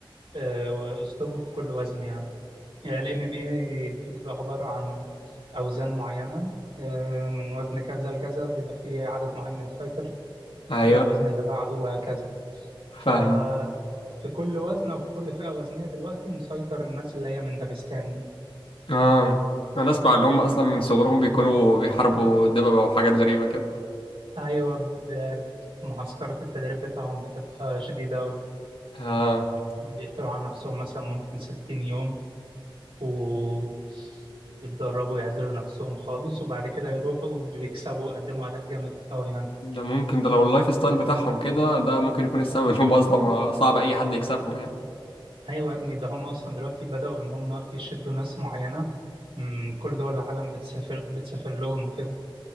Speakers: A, on the right (about 90°); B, on the left (about 80°).
A: آه اسلوبهم في كل وزن يعني الام ام اي بتبقى عباره عن اوزان معينه آه من وزن كذا لكذا بيبقى فيه عدد معين من الفايتر
B: ايوه
A: والوزن اللي بعده وهكذا
B: فاهم
A: ف في كل وزن او في كل فئه وزنيه دلوقتي مسيطر الناس اللي هي من داغستان دي
B: اه انا اسمع ان هما اصلا من صغرهم بيكونوا بيحاربوا دببة وحاجات غريبة كده
A: ايوه ب- ب- معسكرات التدريب بتاعهم بتبقى شديده أوي
B: اه
A: بيشتغلوا على نفسهم مثلا ممكن 60 يوم و يتدربوا يعزلوا نفسهم خالص وبعد كده يروحوا بيكسبوا يقدموا أداء جامد أوي يعني
B: ده ممكن ده لو اللايف ستايل بتاعهم كده ده ممكن يكون السبب ان هم اصلا ما- صعب اي حد يكسبهم يعني
A: أيوة يا ابني ده هم أصلا دلوقتي بدأوا إن هم يشدوا ناس معينة من كل دول العالم بتسافر بتسافر لهم كده